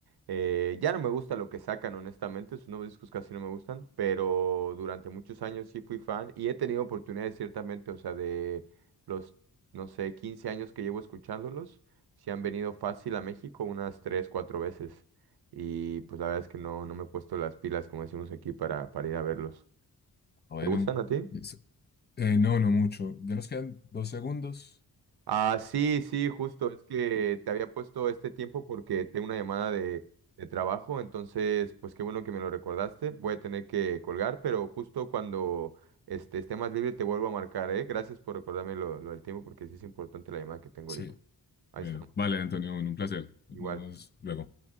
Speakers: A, on the right; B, on the left.
A: Eh, ya no me gusta lo que sacan, honestamente, sus nuevos discos casi no me gustan, pero durante muchos años sí fui fan y he tenido oportunidades ciertamente, o sea, de los, no sé, 15 años que llevo escuchándolos, sí han venido fácil a México unas 3 4 veces y pues la verdad es que no, no me he puesto las pilas, como decimos aquí, para, para ir a verlos.
B: bueno.
A: ¿Te gustan a ti?
B: Eso. Eh, no, no mucho. Ya nos quedan dos segundos.
A: Ah, sí, sí, justo, es que te había puesto este tiempo porque tengo una llamada de, de trabajo, entonces, pues qué bueno que me lo recordaste, voy a tener que colgar, pero justo cuando este, esté más libre te vuelvo a marcar, ¿eh? Gracias por recordarme lo, lo del tiempo porque sí es importante la llamada que tengo
B: Sí,
A: ahorita. Ahí
B: bueno.
A: estamos,
B: Vale, Antonio, un placer. Nos
A: igual.
B: vemos luego.